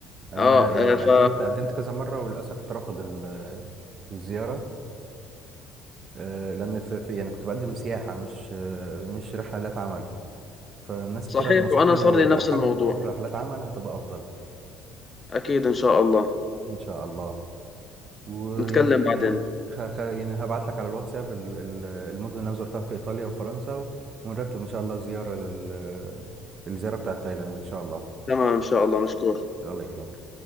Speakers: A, on the right; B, on the left.
A: يعني
B: اه
A: أنا
B: آه،
A: قدمت
B: ف
A: قدمت كذا مرة وللأسف اترفض ال- الزيارة آه، لأن في... في يعني كنت بقدم سياحة مش آه، مش رحلات عمل فناس كتير
B: صحيح
A: نصحوني
B: وانا صار
A: لو
B: لي
A: لو
B: نفس
A: حابب
B: الموضوع
A: تروح رحلات عمل هتبقى أفضل
B: اكيد ان شاء الله
A: إن شاء الله ويعني
B: نتكلم بعدين
A: خ... خ... يعني هبعت لك على الواتساب ال... ال- المدن اللي انا زرتها في ايطاليا وفرنسا ونرتب ان شاء الله زياره لل الزياره بتاعت تايلاند ان شاء الله
B: تمام ان شاء الله مشكور
A: الله يكرمك